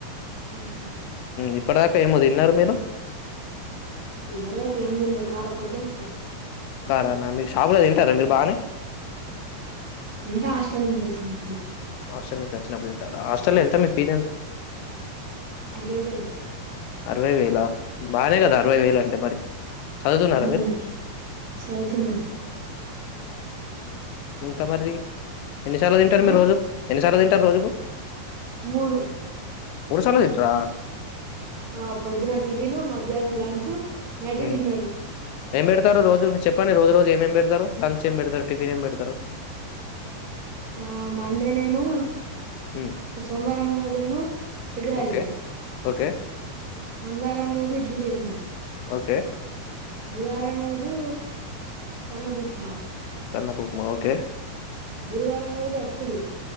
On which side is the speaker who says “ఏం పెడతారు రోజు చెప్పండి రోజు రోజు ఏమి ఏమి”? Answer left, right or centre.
Left